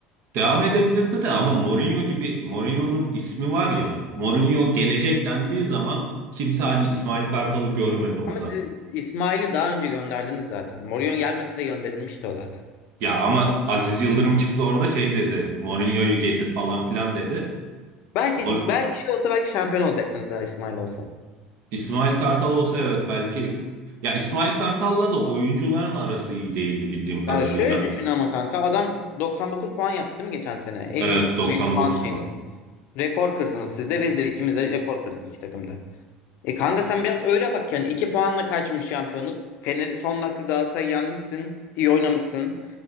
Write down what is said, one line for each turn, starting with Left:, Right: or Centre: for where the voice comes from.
Right: devam edebilirdi de ama Mourinho gibi Mourinho'nun ismi var ya. Mourinho gelecek dendiği zaman kimse hani İsmail Kartal'ı görmedi orada.
Left: Ama siz İsmail'i daha önce gönderdiniz zaten. Mourinho gelmese de gönderilmişti o zaten.
Right: Ya ama Aziz Yıldırım çıktı orada şey dedi. Mourinho'yu getir falan filan dedi.
Left: Belki
Right: Mor-
Left: belki şey olsa belki şampiyon olacaktınız eğer İsmail olsa.
Right: İsmail Kartal olsa evet belki ya İsmail Kartal'la da oyuncuların arası iyi değildi bildiğim kadarıyla.
Left: Yani şöyle düşün ama kanka adam 99 puan yaptı değil mi geçen sene? En
Right: Evet 99
Left: büyük puan şeyiniz.
Right: mu?
Left: Rekor kırdınız siz de biz de ikimiz de rekor kırdık iki takımda. E kanka sen biraz öyle bak yani 2 puanla kaçmış şampiyonluk. Fener son dakika Galatasaray'ı yenmişsin. iyi oynamışsın.